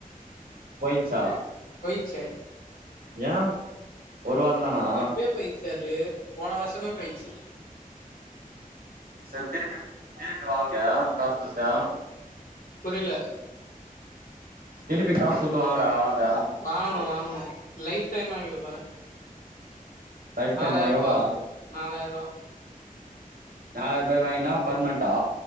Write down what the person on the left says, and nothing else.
ச்சு
எப்பயோ போயிச்சு அது போன வர்ஷமே போயிட்ச்சு
புரியல
வாங்கணு வாங்கணு லைஃப் டைம் வாங்கிடப் போறே
நாலாயர்ரூபா
நாலாயர்ரூவா